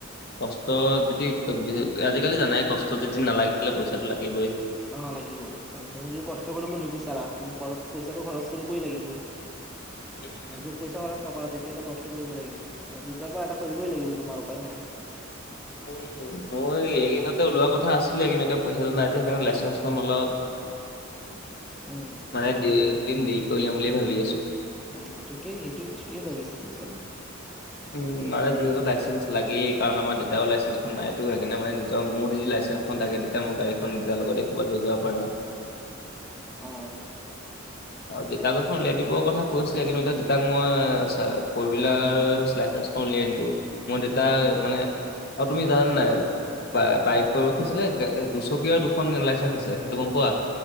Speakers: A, on the left; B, in the centre.
A: কষ্ট যদি আজিকালি জানাই কষ্ট যদি নালাগিলে পইচাটো লাগিবই
B: অ লাগিবই কাৰণ তুমি যদি কষ্ট কৰিব নিবিচাৰা তুমি পইচাটো খৰচ কৰিবই লাগিব। <unintelligible>
A: উম
B: পইচা খৰচ নকৰা তেতিয়াহ'লে কষ্ট কৰিব লাগিব দুইটাৰ পৰা এটা কৰিবই লাগিব তোমাৰ উপায় নাই
A: উম মই এই কেইদিনতে ওলোৱা কথা আছিলে কিন্তু এতিয়া পইচাটো নাই যে সেইকাৰণে লাইচেন্স সমলত <inaudible>
B: উম
A: মানে দুদিন দেৰিকে উলিয়াম বুলি ভাবি আছো।
B: অ ঠিকেই সেইটো ঠিকেই ভাবিছা তুমি বাৰু
A: উম মানে যিহেতু লাইচেঞ্চ লাগেই কাৰণ আমাৰ দেউতাও লাইচেঞ্চখন নাই এইটো সেইকাৰণে মানে নিজৰ মোৰ যি লাইচেন্স তাকে তেতিয়া মই গাড়ীখন দিয়াৰ লগতে একেবাৰেই লৈ যাব পাৰা।
B: অ
A: আৰু দেতাক এখন উলিয়াই দিবৰ কথা কৈছিলে দেতাক মই ফ'ৰ হুইলাৰ লাইচেন্স। উলিয়ায় দিলোঁ মই দেউতা
B: অ', অ'।
A: মানে আৰু তুমি জানা নাই বাইকৰোঁ কি আছিলে দুচকিয়া দুখন লাইচেন্স আছে সেইটো গম পোৱা।